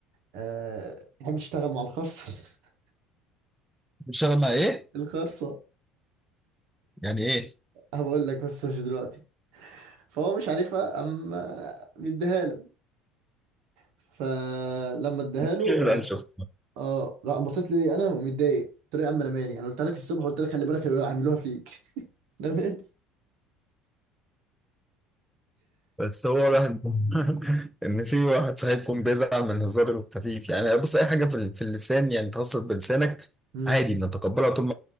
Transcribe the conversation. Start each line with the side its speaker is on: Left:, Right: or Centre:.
Right: أه تحب تشتغل مع الخرصه <laughs>
Centre: بتشتغل مع ايه؟
Right: الخرصه
Centre: يعني ايه؟
Right: هقول لك بس مش دلوقتي فهو مش عارفها اما مديها له فلما اداها له
Centre: شغل
Right: آه،
Centre: قال شخص
Right: اه لا بصيت لي انا ومتضايق قلت له يا عم انا مالي انا قلت لك الصبح قلت لك خلي بالك هيعملوها فيك <laughs> انا مالي
Centre: بس هو واحد <laughs> ان في واحد صاحبكم بيزعل من الهزار الخفيف يعني بص اي حاجه في, ال- في اللسان يعني تهزر بلسانك
Right: امم
Centre: عادي بنتقبلها طول ما